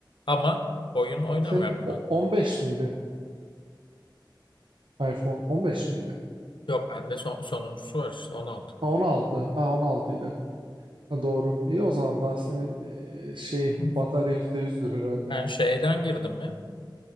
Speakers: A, on the left; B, on the right.
A: Ama oyun oynamıyorum
B: Senin o-
A: ben.
B: 15 miydi? iPhone 15 miydi?
A: Yok bende son, sonuncusu var işte 16.
B: Ha, 16. Ha, 16 idi. Ha, doğru. İyi o zaman daha senin e, şey
A: Hı.
B: batarya %100'dür herhalde.
A: Ben şeyden girdim ya.